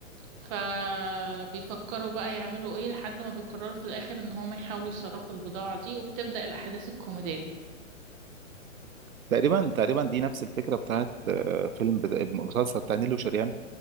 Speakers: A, on the right; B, on the right.
A: فبيفكروا بقى يعملوا ايه لحد ما بيقرروا في الاخر ان هما يحاولوا يصرفوا البضاعة دي وبتبدأ الاحداث الكوميدية
B: تقريبا تقريبا دي نفس الفكره بتاعت آه، فيلم بدا... مسلسل بتاع نيلي وشريان